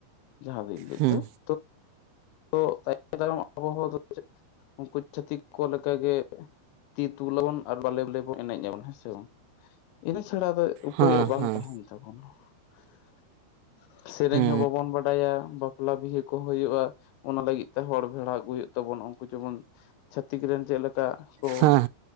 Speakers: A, on the left (about 80°); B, on the right (about 85°).
A: ᱡᱟᱦᱟᱸ ᱵᱤᱱ ᱞᱟᱹᱭᱮᱫ
B: ᱦᱮᱸ
A: ᱫᱚ
B: ᱦᱩᱸ
A: ᱛᱚ ᱛᱟᱭᱚᱢ ᱫᱟᱨᱟᱢ ᱟᱵᱚ ᱦᱚ ᱩᱱᱠᱩ ᱪᱷᱟᱹᱛᱤᱠ ᱠᱚ ᱞᱮᱠᱟᱜᱮ ᱛᱤ ᱛᱩᱞᱟᱹᱵᱚᱱ ᱟᱨ ᱵᱟᱞᱮ ᱵᱟᱞᱮ ᱵᱚᱱ ᱮᱱᱮᱡ ᱟᱵᱚᱱ ᱦᱮᱸ ᱥᱮ ᱵᱟᱝ ᱾ ᱤᱱᱟᱹ ᱪᱷᱟᱲᱟ ᱫᱚ ᱩᱯᱟᱹᱭ
B: ᱦᱮᱸ
A: ᱵᱟᱝ
B: ᱦᱮᱸ
A: ᱛᱟᱦᱮᱱ ᱛᱟᱵᱚᱱᱟ ᱾ ᱥᱮᱨᱮᱧ
B: ᱦᱩᱸ
A: ᱦᱚᱸ ᱵᱟᱵᱚᱱ ᱵᱟᱰᱟᱭᱟ ᱵᱟᱯᱞᱟ ᱵᱤᱦᱟᱹ ᱠᱚ ᱦᱩᱭᱩᱜᱼᱟ, ᱚᱱᱟ ᱞᱟᱹᱜᱤᱫ ᱛᱮ ᱦᱚᱲ ᱵᱷᱮᱲᱟ ᱟᱹᱜᱩᱭ ᱦᱩᱭᱩᱜ ᱛᱟᱵᱚᱱᱟ ᱩᱱᱠᱩ ᱡᱮᱢᱚᱱ ᱪᱷᱟ. ᱛᱤᱠ ᱨᱮᱱ ᱪᱮᱫ ᱞᱮᱠᱟ, ᱠᱚ
B: ᱦᱮᱸ